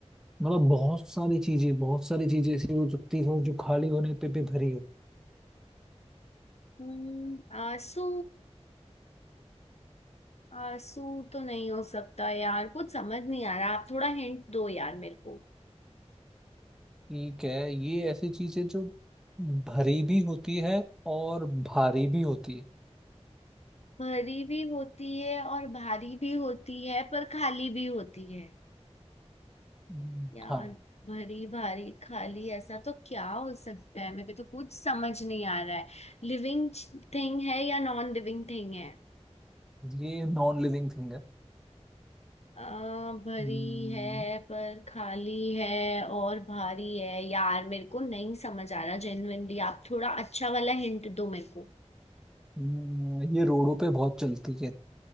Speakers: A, in the centre; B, on the left.
A: मतलब बहुत सारी चीजें बहुत सारी चीजें ऐसी हो सकती हो जो खाली होने पे भी भरी हो
B: हम्म आंसू आंसू तो नहीं हो सकता यार कुछ समझ नहीं आ रहा आप थोड़ा हिंट दो यार मेरे को
A: ठीक है ये ऐसी चीज है जो भरी भी होती है और भारी भी होती है
B: भरी भी होती है और भारी भी होती है पर खाली भी होती है
A: हम्म,
B: यार
A: हाँ
B: भरी भारी खाली ऐसा तो क्या हो सकता है मेरे को तो कुछ समझ नहीं आ रहा है लिविंग थिंग है या नॉन लिविंग थिंग है
A: ये नॉन लिविंग थिंग है
B: आ, भरी
A: हम्म,
B: है पर खाली है और भारी है यार मेरे को नहीं समझ आ रहा जेन्युइनली आप थोड़ा अच्छा वाला हिंट दो मेरे को
A: हम्म, ये रोडों पे बहुत चलती है